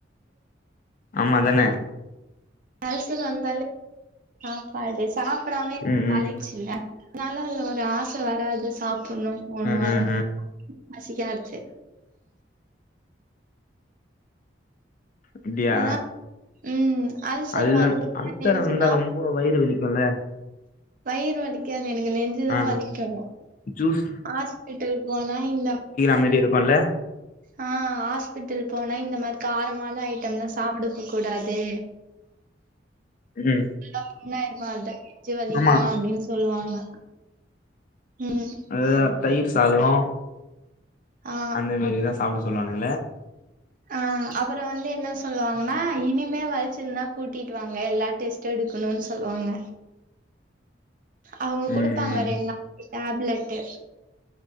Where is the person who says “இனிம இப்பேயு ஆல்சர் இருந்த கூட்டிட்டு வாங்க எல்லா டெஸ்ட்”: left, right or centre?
Right